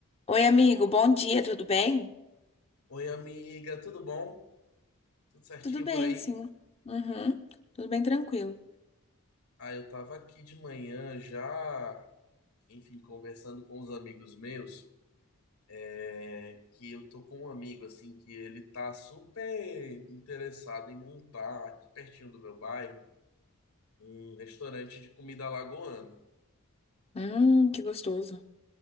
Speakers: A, on the left; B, on the left.
A: Oi, amigo, bom dia, tudo bem?
B: Oi, amiga, tudo bom? Tudo certinho
A: Tudo bem,
B: por aí?
A: sim. Uhum, tudo bem tranquilo.
B: Ah, eu tava aqui de manhã já, enfim, conversando com os amigos meus, é, que eu tô com um amigo, assim, que ele tá super interessado em montar, aqui pertinho do meu bairro, um restaurante de comida alagoana.
A: Hum, que gostoso.